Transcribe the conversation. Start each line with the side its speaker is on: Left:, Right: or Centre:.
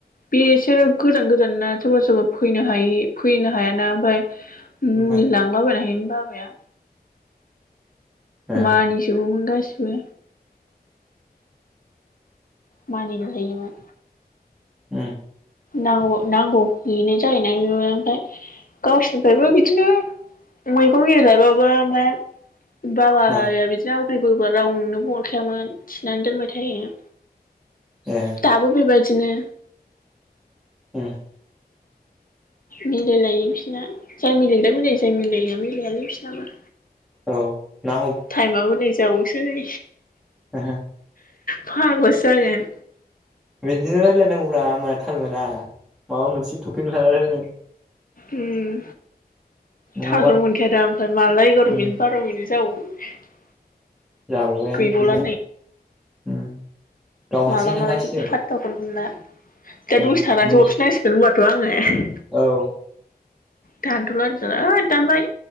Left: बेसोरो गोजान गोजान ना सोरबा सोरबा फैनो हायि फैनो हायाना ओमफ्राय मुलि
Centre: ओमफ्राय
Left: लांलाबायना हैयोमोन बाबाया।
Centre: ए
Left: मानिजोबोमोन गासिबो मानिनो हायोमोन
Centre: उम
Left: नांगौ नांगौ बेनो जायोना बेबो ओमफ्राय गावसिनिफ्रायबो बिदिनो मैगं एरि लायबाबो ओमफ्राय बाबाया
Centre: मा
Left: बिदिनो आवग्रिबोबा रावनोबो हरखायामोन थिनानै दोनबाय थायो।
Centre: ए
Left: दाबो बेबायदिनो
Centre: ओम
Left: मिलायलायो बिसोरना जाय मिलायग्रा मिलायो जाय मिल मिलायालै बिसनाबो
Centre: औ ना
Left: टाइमाबो नै जाबावसै
Centre: हो हो
Left: फाग्लासो जागोन
Centre: बिदिनो रायलायनांगौब्रा होनबानो थाल मोना माबा मोनसे टपिक लाना रायलायनां
Left: उम
Centre: नङाबा
Left: थालखौनो मोनखायादा ओमफ्राय माला एगार'
Centre: उम
Left: मिनिट बार' मिनिट जाबावो
Centre: जाबावबायानो
Left: गैबावला
Centre: गैला उम गाव हारसिं
Left: मला
Centre: थांखासिगोन
Left: माला जोबखो फाथथाखौनो मोनला। दा
Centre: उम
Left: दसे थानानैसो
Centre: मोन
Left: हरफिनांसिगोन होनबाथ' आङो
Centre: औ
Left: दानथला आरो होद दानबाय